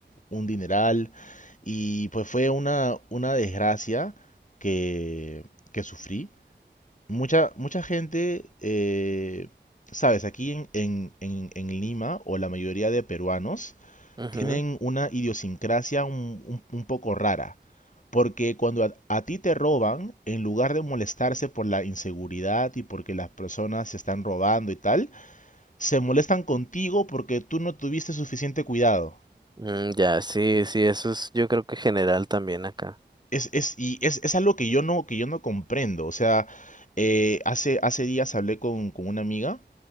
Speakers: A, on the left; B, on the right.
A: un dineral. Y pues fue una, una desgracia que, que sufrí. Mucha, mucha gente, eh, sabes, aquí en, en, en, en Lima, o la mayoría de peruanos,
B: ujú,
A: tienen una idiosincrasia un, un- un poco rara. Porque cuando a, a ti te roban, en lugar de molestarse por la inseguridad y porque las personas se están robando y tal, se molestan contigo porque tú no tuviste suficiente cuidado.
B: mm, ya, sí, sí, eso es yo creo que general también acá.
A: Es, es, y es, es algo que yo no, que yo no comprendo. O sea, eh, hace, hace días hablé con, con una amiga